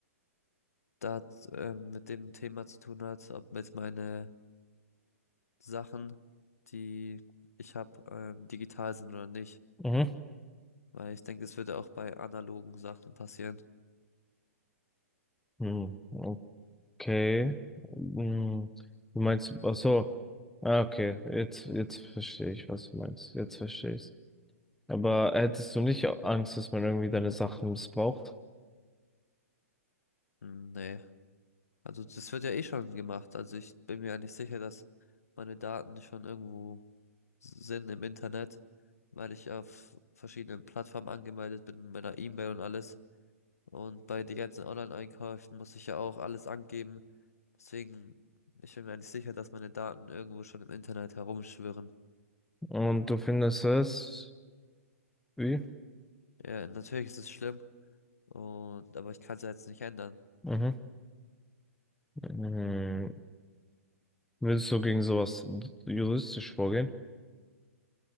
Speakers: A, on the left; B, in the centre.
A: da äh, mit dem Thema zu tun hat, ob jetzt meine Sachen, die ich habe, ähm, digital sind oder nicht.
B: mhm,
A: Weil ich denke, es würde auch bei analogen Sachen passieren.
B: mhm. Okay. Mhm. Du meinst, ach so, ah, okay, jetzt, jetzt verstehe ich, was du meinst. Jetzt verstehe ich's. Aber hättest du nicht Angst, dass man irgendwie deine Sachen missbraucht?
A: Hm, Nee. Also das wird ja eh schon gemacht. Also ich bin mir eigentlich sicher, dass meine Daten schon irgendwo sind im Internet, weil ich auf verschiedenen Plattformen angemeldet bin, mit meiner E-Mail und alles. Und bei den ganzen Online-Einkäufen muss ich ja auch alles angeben. Deswegen, ich bin mir nicht sicher, dass meine Daten irgendwo schon im Internet herumschwirren.
B: Und du findest es, wie?
A: Ja, natürlich ist es schlimm. Und, aber ich kann es ja jetzt nicht ändern.
B: Mhm. Mhm. Würdest du gegen sowas juristisch vorgehen?